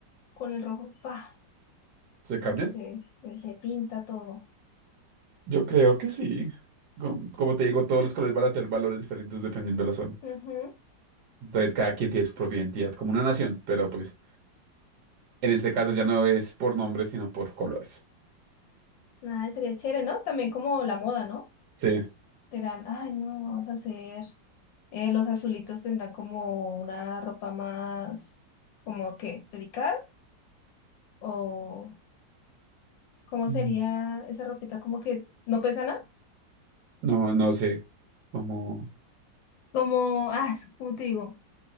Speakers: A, on the left; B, on the right.
A: con el rojo, pa,
B: ¿se
A: y
B: cambian?
A: que se, se, se pinta todo?
B: Yo creo que sí. Com- Como te digo, todos los colores van a tener valores diferentes dependiendo de la zona.
A: Ujú.
B: Entonces cada quien tiene su propia identidad, como una nación, pero pues en este caso ya no es por nombres, sino por colores.
A: Nada, sería chévere, ¿no? También como la moda, ¿no?
B: Sí.
A: Dirán, ay, no, vamos a hacer. eh, los azulitos tendrán como una ropa más, como que, delicada, o ¿cómo
B: Mm.
A: sería esa ropita como que no pesa nada?
B: No, no sé, como...
A: Como, ah, es- ¿cómo te digo?